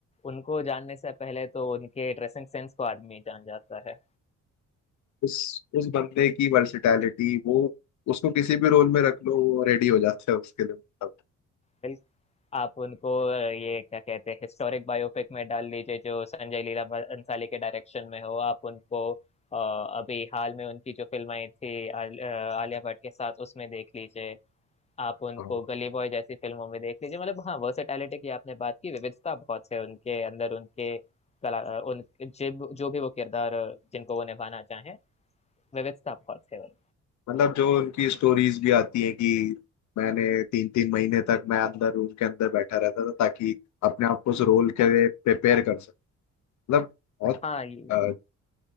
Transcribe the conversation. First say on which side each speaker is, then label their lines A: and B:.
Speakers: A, on the left; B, on the left.
A: उनको जानने से पहले तो उनके ड्रेसिंग सेंस को आदमी जान जाता है
B: उस उस बंदे की वर्सेटैलिटी वो उसको किसी भी रोल में रख लो वो रेडी हो जाता है उसके लिए मतलब
A: बिल आप उनको अ, ये क्या कहते हैं हिस्टोरिक बायोपिक में डाल दीजिए जो संजय लीला भा- अंसाली के डायरेक्शन में हो आप उनको अ, अभी हाल में उनकी जो फिल्म आई थी आल- अ, आलिया भट्ट के साथ उसमें देख लीजिए आप उनको
B: हाँ,
A: गली बॉय जैसी फिल्मों में देख लीजिए मतलब हाँ वर्सेटैलिटी की आपने बात की विविधता बहुत है उनके अंदर उनके कला अ, उन जिब- जो भी वो किरदार अ, जिनको वो निभाना चाहें विविध स्थापकॉट सेवन
B: मतलब जो उनकी स्टोरीज भी आती हैं कि मैंने तीन तीन महीने तक मैं अंदर रूम के अंदर बैठा रहता था ताकि अपने आप को उस रोल के लिए प्रिपेयर कर सकूं मतलब
A: हाँ ये
B: बहुत